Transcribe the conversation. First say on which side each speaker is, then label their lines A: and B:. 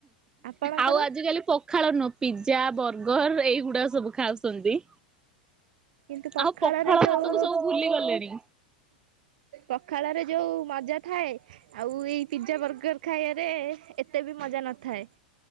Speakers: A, on the right; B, on the right.
A: ଆପଣଙ୍କର
B: ଆଉ ଆଜିକାଲି ପ ଖାଳ ନୁହଁ ପିଜା ବର୍ଗର ଏଇଗୁଡ଼ାଅ ସବୁ ଖାଉସନ୍ତି।
A: କିନ୍ତୁ ପଖାଳରେ
B: ଆଉ ପଖାଳ
A: ଯୋଉ
B: ହାତକୁ ସବୁ ଭୁଲି ଗଲେଣି।
A: ପଖାଳରେ ଯୋଉ ମଜା ଥାଏ ଆଉ ଏଇ ପିଜା ବର୍ଗର ଖାଇବାରେ ଏତେ ବି ମଜା ନଥାଏ।